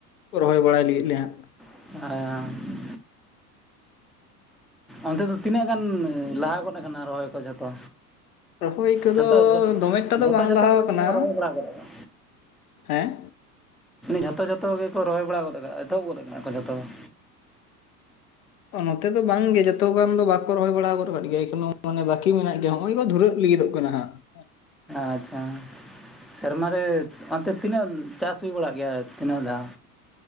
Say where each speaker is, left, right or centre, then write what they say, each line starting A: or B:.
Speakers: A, on the left; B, in the centre.
A: ᱨᱚᱦᱚᱭ ᱵᱟᱲᱟᱭ ᱞᱟᱹᱜᱤᱫ ᱞᱮ ᱦᱟᱸᱜ᱾
B: <unintelligible> ᱚᱱᱛᱮ ᱫᱚ ᱛᱤᱱᱟᱹᱜ ᱜᱟᱱ ᱞᱟᱦᱟ ᱜᱚᱫ ᱠᱟᱱᱟ ᱨᱚᱦᱚᱭ ᱠᱚ ᱡᱷᱚᱛᱚ?
A: ᱨᱚᱦᱚᱭ ᱠᱚᱫᱚ
B: ᱡᱷᱚᱛᱚ
A: ᱫᱚᱢᱮ ᱮᱠᱴᱟ
B: ᱡᱷᱚᱛᱚ
A: ᱫᱚ ᱵᱟᱝ
B: ᱡᱷᱚᱛᱚ
A: ᱞᱟᱦᱟᱣ
B: ᱠᱚ
A: ᱠᱟᱱᱟ
B: ᱨᱚᱦᱚᱭ
A: ᱾
B: ᱵᱟᱲᱟ ᱜᱚᱫ ᱟᱠᱟᱫᱟ
A: ᱦᱮᱸ
B: ᱡᱷᱚᱛᱚ ᱡᱷᱚᱛᱚ ᱜᱮᱠᱚ ᱨᱚᱦᱚᱭ ᱵᱟᱲᱟ ᱜᱚᱫ ᱠᱟᱜ-ᱟ ᱮᱛᱚᱦᱚᱵ ᱜᱚᱫ ᱠᱟᱜ-ᱟ ᱠᱚ ᱡᱷᱚᱛᱚ ᱦᱚᱲ?
A: ᱱᱚᱛᱮ ᱫᱚ ᱵᱟᱝᱜᱮ ᱡᱚᱛᱚ ᱜᱟᱱ ᱫᱚ ᱵᱟᱠᱚ ᱨᱚᱦᱚᱭ ᱵᱟᱲᱟ ᱜᱚᱫ ᱠᱟᱜ ᱜᱮᱭᱟ ᱮᱠᱷᱳᱱᱳ ᱢᱟᱱᱮ ᱵᱟᱠᱤ ᱢᱮᱱᱟᱜ ᱜᱮᱭᱟ ᱾ ᱱᱚᱜᱼᱚᱭ ᱠᱚ ᱫᱷᱟᱹᱨᱟᱹᱜ ᱞᱟᱹᱜᱤᱫᱚᱜ ᱠᱟᱱᱟ ᱦᱟᱸᱜ ᱾
B: ᱟᱪᱪᱷᱟ ᱻ ᱾ ᱥᱮᱨᱢᱟ ᱨᱮ ᱚᱱᱛᱮ ᱛᱤᱱᱟᱹᱜ ᱪᱟᱥ ᱦᱩᱭ ᱵᱟᱲᱟᱜ ᱜᱮᱭᱟ, ᱛᱤᱱᱟᱹᱜ ᱫᱷᱟᱣ?